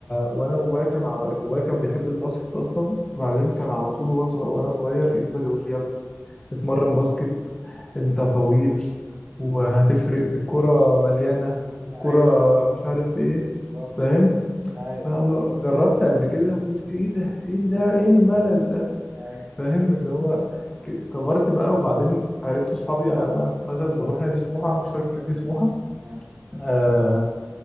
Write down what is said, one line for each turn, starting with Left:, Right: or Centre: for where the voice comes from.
Left: وانا بابايا كان على بابايا كان بيحب الباسكت اصلا بعدين كان على طول وانا صغ- وأنا صغير يفضل يقول لي يا ابني اتمرن باسكت انت طويل وهتفرق الكرة مليانة والكرة
Right: ايوه ايوه بالظبط
Left: مش عارف ايه
Right: بالظبط
Left: فاهم
Right: ايوه
Left: فانا عاوز- جربت قبل كده قلت ايه ده ايه ده ايه الملل ده
Right: ايوه
Left: فاهم اللي هو ك- كبرت بقى وبعدين عرفت اصحابي يعني انا مثلا بروح نادي سموحه مشترك في نادي سموحه
Right: آه،
Left: آه